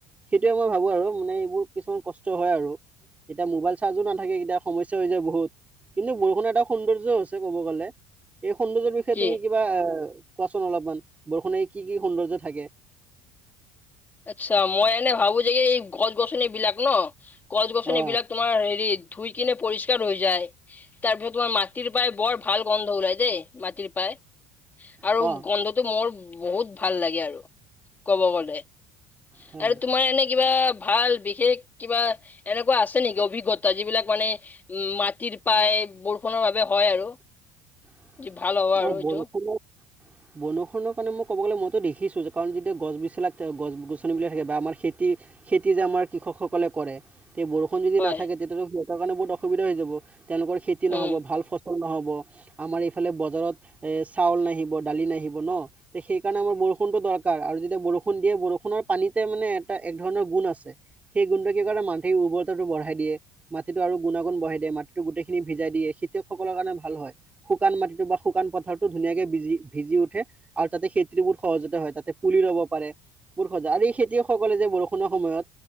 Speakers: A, on the right; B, on the left.
A: সেইটোৱে মই ভাবো আৰু মানে এইবোৰ কিছুমান কষ্ট হয় আৰু এতিয়া মোবাইল চাৰ্জো নাথাকে এতিয়া সমস্যা হৈ যায় বহুত কিন্তু বৰষুণ এটা সৌন্দৰ্য হৈছে ক'ব গ'লে এই সৌন্দৰ্যৰ বিষয়ে
B: কি
A: তুমি কিবা কোৱাচোন অলপমান বৰষুণে কি কি সৌন্দৰ্য থাকে?
B: আচ্ছা মই এনে ভাবো যে যে এই গছ গছনি বিলাক ন গছ গছনিবিলাক
A: অ
B: তোমাৰ হেৰি ধুই কিনে পৰিষ্কাৰ হৈ যায় তাৰ পিছত তোমাৰ মাটিৰ পাই বৰ ভাল গন্ধ ওলাই দেই মাটিৰ পাই। আৰু
A: অ
B: গন্ধটো মোৰ বহুত ভাল লাগে আৰু কব গলে
A: হয়
B: আৰু তোমাৰ এনে কিবা ভাল বিশেষ কিবা এনেকুৱা আছে নেকি অভিজ্ঞতা যিবিলাক মানে উম মাটিৰ পায় বৰষুণ বৰষুণ বাবে হয় আৰু
A: <inaudible>
B: ভাল হ'ব আৰু
A: অহ, বৰষুণত
B: এইটো
A: -বনষুণৰ কাৰণে মোক ক'ব গ'লে ম টো দেখিছোঁ কাৰণ যেতিয়া গছ বেছি লাক গছ -গছনিবিলাক থাকে বা আমাৰ খেতি- খেতি যে আমাৰ কৃষকসকলে কৰে সেই বৰষুণ যদি
B: হয়
A: নাথাকে তেতিয়াহ'লে সিহঁতৰ কাৰণে বহুত অসুবিধা হৈ যাব তেওঁলোকৰ খেতি
B: উম
A: নহ'ব ভাল ফচ নহব আমাৰ এইফালে ব বতৰত এ' চাউল নাহিব দালি নাহিব ন 'সেই কাৰণে আমাৰ বৰষুণটো দৰকাৰ আৰু যেতিয়া বৰষুণ দিয়ে বৰষুণৰ পানীতে মানে এটা এক ধৰণৰ গুণ আছে সেই গুণটো কি কৰে মাটিৰ উৰ্বৰতাটো বঢ়াই দিয়ে। মাটিটো আৰু গুণাগুণ বঢ়াই দিয়ে মাটিতো গোটেইখিনি ভিজাই দিয়ে খেতিয়কসকলৰ কাৰণে ভাল হয় শুকান মাটিটো বা শুকান পথাৰতটো ধুনীয়াকে বিজী -ভিজি উঠে আৰু তাতে খেতি বৰ সহজতে হয় তাতে পুলি ৰব পাৰে। বহোৰ সজা আৰু এই খেতিয়কসকলে যে বৰষুণৰ সময়ত